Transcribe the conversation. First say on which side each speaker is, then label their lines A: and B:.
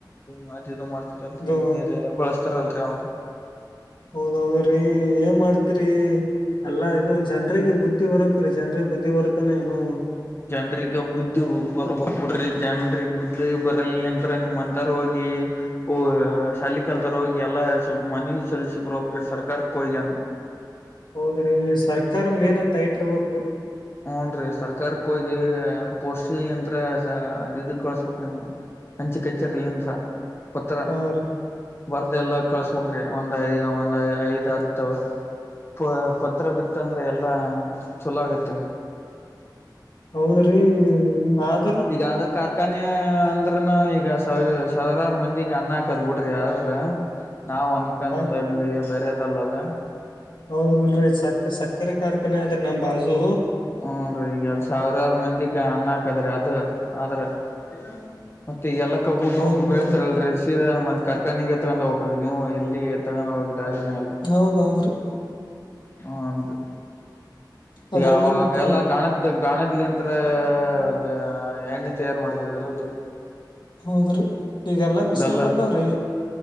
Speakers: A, on the left; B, on the left.
A: ಮಾತ ಇದು ಮಾಡ್ತ ಲ್ರಿ
B: ಇದು
A: ಈಗ್ನ್ಯಾರ್ ಬಳಸ್ತಾರಲ್ರೀ ಅವ್ನ
B: ಹೌದ್ ಹೌದ್ ರೀ ಏನ್ ಮಾಡ್ತೀರಿ ಎಲ್ಲಾ ಇದು ಜನ್ರಿಗೆ ಬುದ್ಧಿ ಬರಬೆಕ್ರೀ ಜನ್ರಿಗೆ ಬುದ್ಧಿ ಬರತ್ತನಾ ಏನೂ
A: ಜನ್ರಿಗೆ ಬುದ್ದಿ ಬರ್ಬೋಕ ಕುಡ್ರಿ ಜನರಿಗೆ ಬುದ್ಧಿ ಬರಲ್ನಂತರ ನಿಮ್ಮ್ಂತಾರ ಹೋಗಿ ಹೊ ಯಿ ಶಾಲಿ ಕಲ್ತಾರ ಹೋಗಿ ಎಲ್ಲಾ ಸ್ವಲ್ಪ ಮನವಿ ಸಲ್ಸಿ ಬರಬೆಕ್ರಿ ಸರ್ಕಾರಕ್ಕ ಹೊಗಿನ್ನಾ
B: ಹೌದ್ರಿ ಸರ್ಕಾರ ಮೇನ್ ಟೈಟಿರ್ಬೇಕ ರೀ
A: <inaudible> ಹೂನ್ರೀ ಸರ್ಕಾರಕ್ಕ ಹೋಗಿ ಪೋಸ್ಟಿಲ್ ನಿಂತ್ರ ಅದು ಇದ ಕಳಸ್ಬೇಕ್ರೀ ನೀವು ಹಂಚ್ ಕಚ್ಚರಿ ಯಂತ್ರ ಪತ್ರ
B: ಹಾ ರೀ
A: ಬರ್ದ ಎಲ್ಲ ಕಳ್ಸ್ ಬೇಕ್ರೀ ಒಂದ್ ಐ ಒಂದ್ ಐದ್ ಹತ್ತು ಪ ಪತ್ರ ಬಿತ್ತಂದರೆ ಎಲ್ಲ ಚುಲೊ ಆಗತ್ ರೀ
B: ಹೌದ್ರಿ ಆದ್
A: ಈಗ ಆದ ಕಾರ್ಖಾನೇ ಅಂದ್ರ ಈಗ ಸಾವಿ ಸಾವಿರಾರು ಮಂದಿಗ ಅನ್ನ ಹಾಕದ್ ಬಿಡ್ರಿ ಆದ್ರ ನಾವ್ ಅನ್ಕಂದ
B: ಆ
A: ಬೇರೆದಲ್ಲದ
B: ಹೌದ ಬಿಡ್ರಿ ಸಕ್ಕ ಸಕ್ಕರೆ ಕಾರ್ಖಾನೆ ಆದ್ರಿ ನಮ್ಮ ಬಾಜು
A: ಹೂನ್ರೀ ಈಗ ಎಲ್ ಸಾವಿರಾರು ಮಂದಿಗ ಅನ್ನ ಹಾಕದ್ರಿ ಅದ ಆದ್ರ <unintelligible> ಮತ್ತ ಈಗ ಎಲ್ಲ ಕಬ್ಬು
B: ಹೌದ್
A: ಪಬ್ಬು
B: ಬಿಡ್ರಿ
A: ಬೆಳಿತಾರಲ್ರೀ ಮತ್ ಕಾರ್ಖಾನೆಗೆ ತಗೊಂಡ್ ಹೋಗಬಕ್ರಿ ನೀವು ಇಲ್ಲಿ ತಗೊಂಡ್ ಹೋಗಾಕ್ ದಾರಿನ ಇಲ್ಲಾ
B: ಹೌದೌದ್ರೀ
A: ಹುನ್ರಿ
B: ಅದ್ರ
A: ಈಗ ಅವಾಗ
B: ನಿಂತ
A: ಎಲ್ಲಾ ಗಾಣದ್ದ ಗಾಣದ್ಲಿಂತ್ರ ಇದ ಎಣ್ಣಿ ತಯಾರ ಮಾಡ್ತಿದ್ರಲ್ರೀ
B: ಹೌದ್ರಿ ಈಗೆಲ್ಲಾ ಮಿಷಿನ್
A: ಬೆಲ್ಲ
B: ಬಂದಾವ್ರಿ